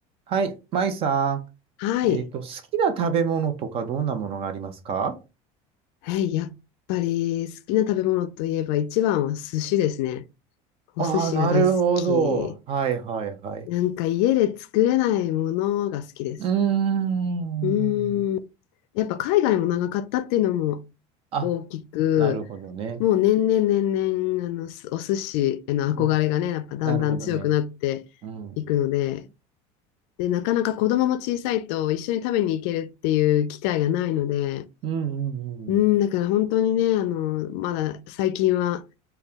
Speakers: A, on the right (about 40°); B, on the left (about 70°).
A: はい、マイさ
B: はい。
A: ん。えっと、好きな食べ物とかどんなものがありますか
B: はい。やっぱり好きな食べ物といえば一番は寿司ですね。お寿司が大好き。
A: ああ、なるほど。はいはいはい。
B: なんか家で作れないものが好きです。
A: うーん。
B: うーん。やっぱ海外も長かったっていうのも
A: あ、
B: 大きく、
A: なるほどね。
B: もう年々年々あのすお寿司への憧れがね、
A: うん。
B: やっぱだんだん強くなっていくので、
A: なるほどね。うん。
B: で、なかなか子供も小さいと一緒に食べに行けるっていう機会がないので、
A: うんうんうん。
B: うん、だから本当にね、あの、まだ最近は